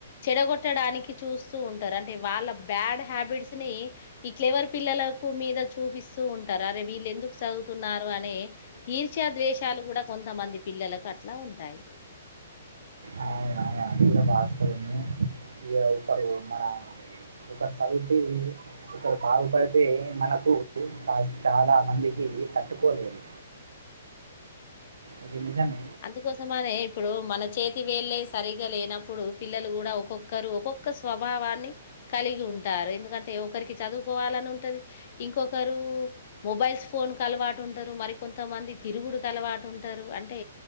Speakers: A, on the left (about 55°); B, on the right (about 75°).
A: చెడగొట్టడానికి చూస్తూ ఉంటారు అంటే వాళ్ళ బ్యాడ్ హ్యాబిట్స్ ని ఇట్లెవరు పిల్లలకు మీద చూపిస్తూ ఉంటారు అరే వీళ్ళు ఎందుకు చదువుతున్నారు అనే ఈర్ష్యా ద్వేషాలు కూడా కొంతమంది పిల్లలకు అట్లా ఉంటాయి
B: అవునవును అందులో వాస్తవుని ఇక ఒకరు మన ఒకరు చదువితె ఒకరు బాగుపడితే మనకు కా చాలా మందికి తట్టుకోలేరు ఇది నిజమే
A: అందుకోసమనే ఇప్పుడు మన చేతి వేళ్ళే సరిగ్గా లేనప్పుడు పిల్లలు కూడా ఒక్కొక్కరు ఒక్కొక్క స్వభావాన్ని కలిగి ఉంటారు ఎందుకంటే ఒకరికి చదువుకోవాలని ఉంటది ఇంకొకరు మొబైల్స్ ఫోన్స్కు అలవాటు ఉంటారు మరికొంతమంది తిరుగుడుకి అలవాటు ఉంటారు అంటే